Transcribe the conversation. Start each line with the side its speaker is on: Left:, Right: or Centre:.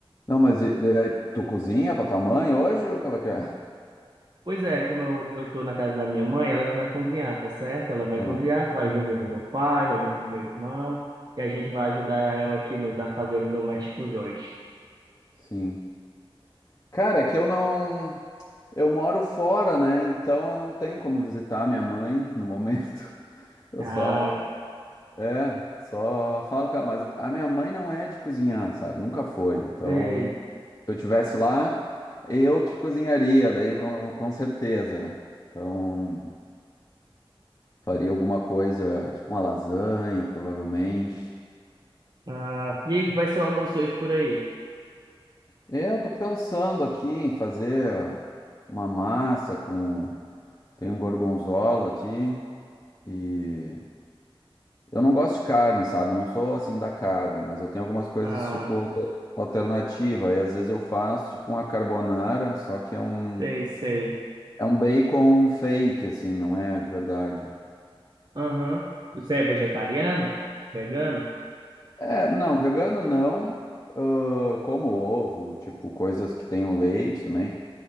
Left: não, mas e- e aí, tu cozinha pra tua mãe hoje ou qual é que é? <laughs>
Right: Pois é, como eu, eu tô na casa da minha mãe, ela que vai cozinhar, tá certo? Ela vai
Left: Ah,
Right: cozinhar com a ajuda do meu pai, com a ajuda do meu irmão, e a gente vai ajudar ela aqui nos afazeres domésticos hoje.
Left: sim. Cara, é que eu não. Eu moro fora, né? Então eu não tenho como visitar minha mãe no momento. <laughs> Eu
Right: Ah,
Left: só. É, só falo com ela. Mas a minha mãe não é de cozinhar, sabe? Nunca foi. Então.
Right: sei.
Left: Se eu tivesse lá, eu que cozinharia, daí com, com certeza. Então, faria alguma coisa, tipo uma lasanha, provavelmente.
Right: Ah, e aí, que vai ser o almoço hoje por aí?
Left: Eu tô pensando aqui em fazer uma massa com. Tem um gorgonzola aqui e. Eu não gosto de carne, sabe? Eu não sou assim da carne, mas eu tenho algumas coisas
Right: Ah,
Left: tipo alter- alternativa. E às vezes eu faço tipo uma carbonara, só que é um,
Right: sei, sei.
Left: é um bacon fake, assim, não é de verdade.
Right: Aham. Você é vegetariano? Vegano?
Left: É, não, vegano não. Ah, como ovo, tipo, coisas que tenham leite também.